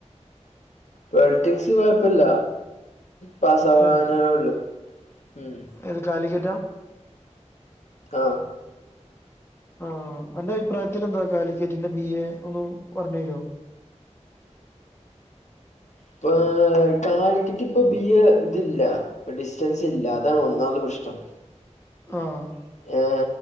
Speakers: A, on the left; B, on the left.
A: പൊളിറ്റിക്സ് കൊഴപ്പല്ല പാസ്സ ആവാനൊള്ളു
B: ഏഹ്
A: ഉം
B: ഏത് കാലിക്കറ്റാ
A: ആ
B: ആഹ് അന്റെ അഭിപ്രായത്തിൽ എന്താ കാലിക്കേറ്റിന്റെ ബി എ ഒന്ന് പറഞ്ഞെരോ
A: ഇപ്പം കാലിക്കറ്റ് ഇപ്പ ബിഎ ഇതില്ല ഡിസ്റ്റൻസ് ഇല്ല അതാണ് ഒന്നാമത്തെ പ്രശ്നം
B: ആഹ്
A: ഏ